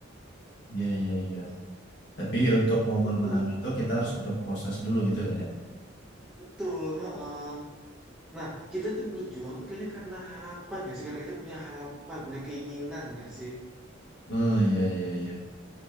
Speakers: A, on the left (about 60°); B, in the centre.
A: Iya, iya, iya. Tapi untuk momen
B: itu
A: menang itu kita harus berproses dulu gitu kan ya.
B: betul heeh. nah kita tuh berjuang tuh kayaknya karena harapan nggak sih karena kita punya harapan punya keinginan nggak sih
A: Oh, iya, iya, iya.